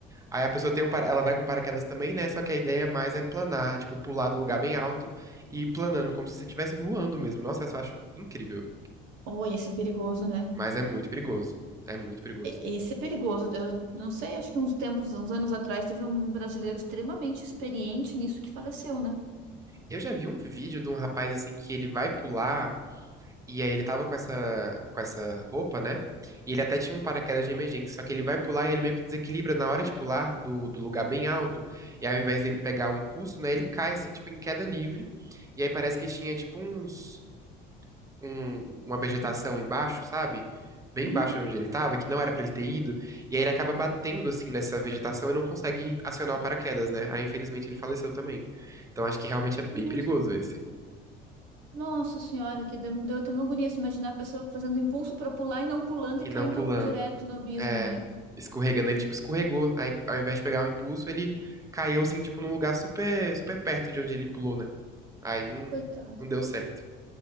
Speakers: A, on the right; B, on the right.
A: Aí a pessoa tem um, para- ela vai com paraquedas também, né? Só que a ideia mais é planar, tipo pular de um lugar bem alto e ir planando como se você estivesse voando mesmo. Nossa, eu só acho incrível.
B: Oi, esse é perigoso, né?
A: Mas é muito perigoso. É muito perigoso.
B: E- Isso é perigoso. Eu não sei, acho que uns tempos, uns anos atrás, teve um brasileiro extremamente experiente nisso que faleceu, né?
A: Eu já vi um vídeo de um rapaz assim que ele vai pular e aí ele tava com essa com essa roupa, né? E ele até tinha um paraquedas de emergência, só que ele vai pular e ele meio que desequilibra na hora de pular do, do lugar bem alto. E aí, ao invés dele pegar o impulso, né, ele cai assim tipo em queda livre. E aí parece que tinha tipo uns um- uma vegetação embaixo, sabe? Bem
B: Aham.
A: embaixo de onde ele estava, que não era pra ele ter ido, e aí ele acaba batendo assim nessa vegetação e não consegue acionar o paraquedas, né? Aí infelizmente ele faleceu também. Então acho que realmente é bem
B: Nossa,
A: perigoso esse.
B: nossa senhora, que deu, me deu até uma agonia se imaginar a pessoa fazendo impulso para pular e não pulando
A: E
B: e caindo
A: não pulando.
B: direto no abismo,
A: É,
B: né?
A: escorregando, ele tipo escorregou, aí ao invés de pegar o impulso, ele caiu assim tipo num lugar super super perto de onde ele pulou, né? Aí não
B: Ah, coitado.
A: não deu certo.